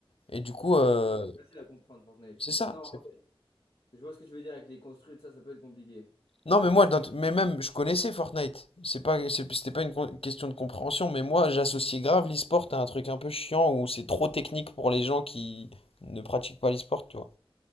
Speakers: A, on the left; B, on the left.
A: et du coup, euh,
B: En vrai, c'est facile à comprendre, Fortnite.
A: c'est ça.
B: Non, en
A: c'est-
B: vrai, je vois ce que tu veux dire avec les construits, ça, ça peut être compliqué.
A: Non, mais moi, dans- mais même, je connaissais Fortnite, c'est pas, c'est- c'était pas une con- question de compréhension, mais moi, j'associais grave l'e-sport à un truc un peu chiant où c'est trop technique pour les gens qui ne pratiquent pas l'e-sport, tu vois.